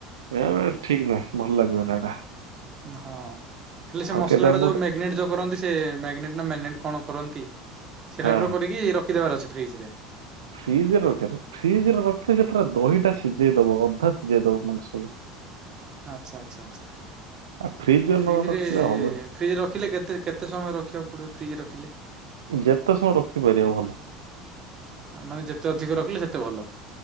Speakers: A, on the right (about 75°); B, on the right (about 35°).
A: ଏବେ ଠିକ୍ ନୁହେଁ ଭଲ ଲାଗିବ ନା ଏଇଟା।
B: ହଁ ହେଲେ ସେ ମସଲା
A: କେବେ ଆମେ
B: ଟା ଯୋଉ
A: ଗୋଟେ
B: ମ୍ୟାଗିନେଟ୍ ଯୋଉ କରନ୍ତି। ସେ ମ୍ୟାଗନେଟ ନା ମନେଟ କଣ କରନ୍ତି ସେ
A: ହଁ।
B: ଟାଇପ ର କରିକି ରଖିଦବାର ଅଛି ଫ୍ରିଜ ରେ
A: ଫ୍ରିଜ ରେ ରଖ ଫ୍ରିଜ ରେ ରଖିଲେ ଯେ ପୁରା ଦହିଟା ସିଝେଇ ଦବ ଅଧା ସିଝେଇ ଦବ ମାଂସ ସବୁ
B: ଆଚ୍ଛା ଆଚ୍ଛା ଆଛା
A: ଆଉ ଫ୍ରିଜରେ
B: ଫ୍ରିଜ
A: ନ ରଖିଲେ
B: ରେ
A: ହବନି
B: ଫ୍ରିଜ୍ ରଖିଲେ କେତେ କେତେ ସମୟ ରଖିବାକୁ ପଡ଼ିବ ଫ୍ରିଜ୍ ରଖିଲେ?
A: ଯେତେ ସମୟ ରଖିପାରିବ ଭଲ।
B: ମାନେ ଯେତେ ଅଧିକ ରଖିଲେ ସେତେ ଭଲ